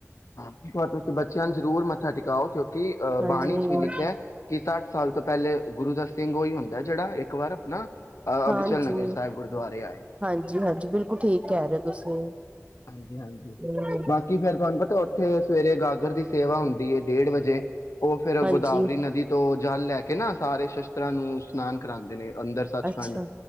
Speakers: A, on the left; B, on the right.
A: ਹਾਂ ਇੱਕ ਤੁਸੀਂ ਬੱਚਿਆਂ ਨੂੰ ਜ਼ਰੂਰ ਮੱਥਾ ਟਿਕਓ ਕਿਉਂਕਿ ਅਹ
B: ਹਾਂਜੀ,
A: ਬਾਣੀ ਚ ਵੀ ਲਿਖਿਆ ਕਿ ਸ। ਸਾਲ ਤੋਂ ਪਹਿਲੇ ਗੁਰੂ ਦਾ ਸਿੰਘ ਉਹੀ ਹੁੰਦਾ ਜਿਹੜਾ ਇੱਕ ਵਾਰ ਆਪਣਾ ਅ
B: ਹਾਂਜੀ
A: ਅਬਚਲ ਨਗਰ ਸਾਹਿਬ ਗੁਰਦੁਆਰੇ ਆਏ
B: ਹਾਂਜੀ ਹਾਂਜੀ ਬਿਲਕੁਲ ਠੀਕ ਕਹਿ ਰਹੇ ਹੋ ਤੁਸੀਂ।
A: ਹਾਂਜੀ ਹਾਂਜੀ
B: ਹੂੰ।
A: ਬਾਕੀ ਫੇਰ ਤੁਹਾਨੂੰ ਪਤਾ ਉੱਥੇ ਸਵੇਰੇ ਗਾਗਰ ਦੀ ਸੇਵਾ ਹੁੰਦੀ ਹੈ। ਡੇਢ ਵਜੇ ਉਹ ਫੇਿਰ
B: ਹਾਂਜੀ,
A: ਗੋਦਾਵਰੀ ਨਦੀ ਤੋਂ। ਜਲ ਲੈ ਕੇ ਨਾ ਸਾਰੇ ਸ਼ਸਤਰਾਂ ਨੂੰ। ਇਸ਼ਨਾਨ ਕਰਾਉਂਦੇ ਨੇ ਅੰਦਰ ਸੱਚਖੰਡ
B: ਅੱਛਾ,